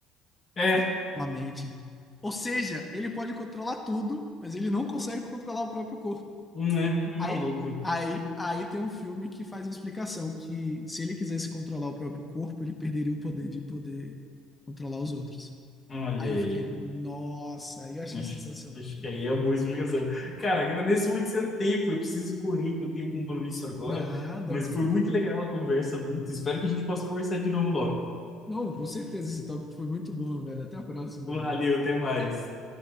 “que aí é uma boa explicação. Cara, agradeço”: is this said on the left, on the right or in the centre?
Left